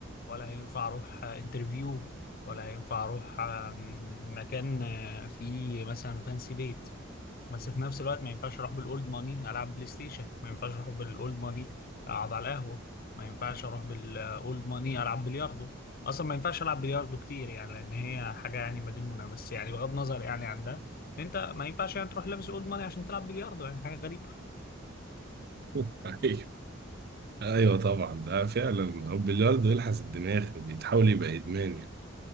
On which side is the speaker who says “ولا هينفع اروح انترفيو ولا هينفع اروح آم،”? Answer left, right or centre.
Left